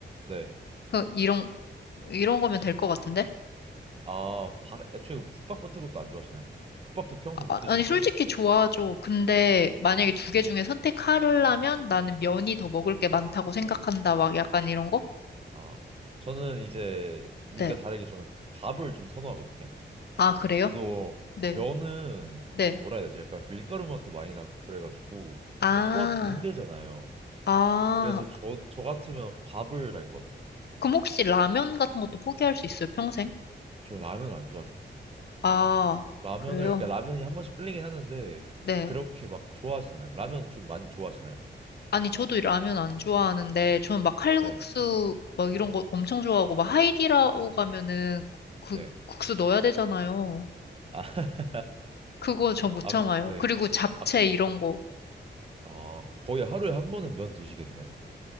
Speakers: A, on the right; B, on the left.
A: 네.
B: 그, 이런, 이런 거면 될 것 같은데?
A: 아, 바, 애초에 그 국밥 같은 것도 안 좋아하시나요? 국밥도 평소에 못
B: 아,
A: 드시는
B: 아니, 솔직히
A: 거예요.
B: 좋아하죠. 근데 만약에 두
A: 네.
B: 개 중에 선택하려면 나는 면이 더 먹을 게 많다고 생각한다, 막 약간 이런 거?
A: 아, 저는 이제 님과
B: 네.
A: 다르게 저는 밥을 좀 선호하거든요.
B: 아, 그래요?
A: 그래서
B: 네.
A: 좀 면은
B: 네.
A: 뭐라 해야 되지? 약간 밀가루 맛도 많이 나고 그래가지고
B: 아,
A: 그러니까 소화도 좀 힘들잖아요.
B: 아.
A: 그래서 저, 저 같으면 밥을 할 것 같아요.
B: 그럼 혹시 라면 같은 것도 포기할 수 있어요, 평생?
A: 저 라면을 안 좋아합니다.
B: 아,
A: 라면을,
B: 그래요?
A: 그러니까 라면이 한 번씩 끌리긴 하는데
B: 네.
A: 그렇게 막 좋아하진 않아요. 라면 좀 많이 좋아하시나요?
B: 아니, 저도 라면 안 좋아하는데, 저는 막 칼국수,
A: 네,
B: 막 이런 거 엄청 좋아하고, 막 하이디라고 가면은 그,
A: 네.
B: 그 국수 넣어야 되잖아요.
A: 아, <laughs>
B: 그거 저 못
A: 아,
B: 참아요.
A: 네.
B: 그리고 잡채
A: 아,
B: 이런 거.
A: 아, 거의 하루에 한 번은 면 드시겠네요?